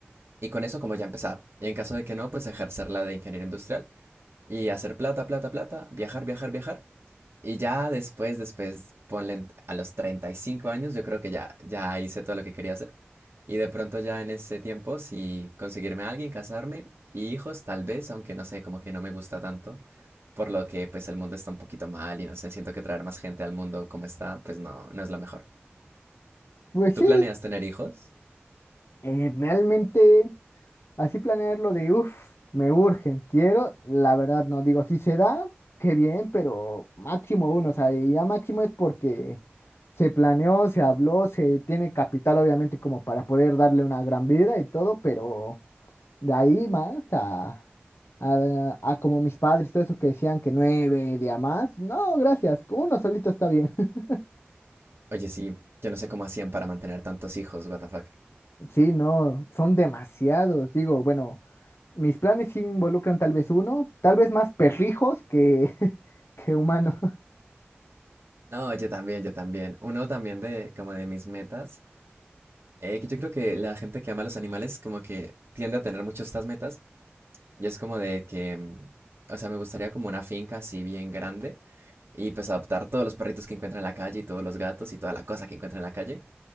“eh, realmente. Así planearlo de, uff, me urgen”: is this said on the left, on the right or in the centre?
Left